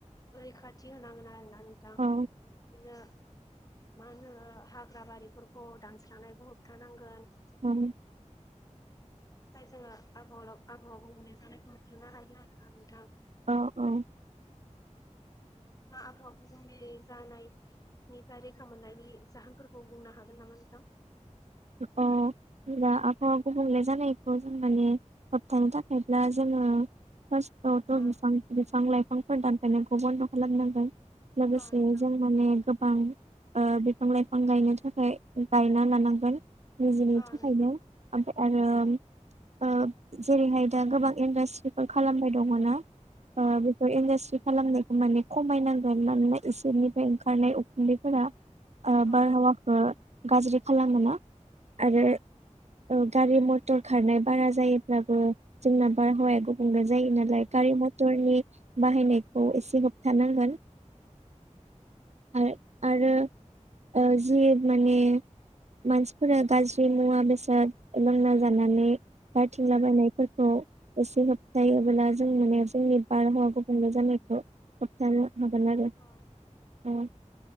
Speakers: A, on the left (about 30°); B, on the right (about 60°).
A: रैखाथि होनांगोन आरोना नोंथां बिदिनो
B: औ
A: मा होनो हाग्रा बारिफोरखौ दानस्रांनायबो होबथानांगोन।
B: ओम।
A: ओमफ्राय जोङो आबहावा आबहावा गुबुंले जानायखौ जानायखौ होबथानो हायो आरो ना नोंथां।
B: औ औ
A: आबहावा गुबुंले जानायनिफ्राय रैखा मोननायनि जाहोनफोरखौ बुंनो हागोन नामा नोंथां?
B: औ। बिदिब्ला आबहावा गुबुंले जानायखौ जों माने होबथानो थाखायब्ला जोङो फार्स्टआवथ'
A: अ
B: बिफां लाइफांफोर दानफायनायखौ बन्द' खालामनांगोन। लोगोसे
A: अ नोंथां
B: जों माने गोब बां ओ बिफां लाइफां गायनो थाखाय गायना लानांगोन। निजिनि
A: अ
B: थाखायनो
A: नोंथां
B: ओमफ्राय आरो
A: उम
B: ओ जेरैहाय दा गोबां इन्डास्ट्रिफोर खालामबाय दङना ओ
A: अ
B: बेफोर इन्डासट्रि खालामनायखौ माने खमायनांगोन मानोना इसोरनिफ्राय ओंखारनाय उखुन्दैफोरा ओ
A: अ
B: बारहावाखौ
A: नोंथां
B: गाज्रि खालामो ना आरो
A: अ
B: ओ गारि मथर खारनाय बारा जायोब्लाबो जोंना बारहावाया गुबुंले जायो नालाय गारि मथरनि बाहायनायखौ एसे होबथानांगोन। आरो आरो ओ जि माने मानसि फोरा गाज्रि मुवा बेसाद लोंना जानानै गार्थिंलाबायनायफोरखौ एसे होबथायोब्ला जों माने जोंनि बारहावा गुबुंले जानायखौ होबथानो <unintelligible>
A: अ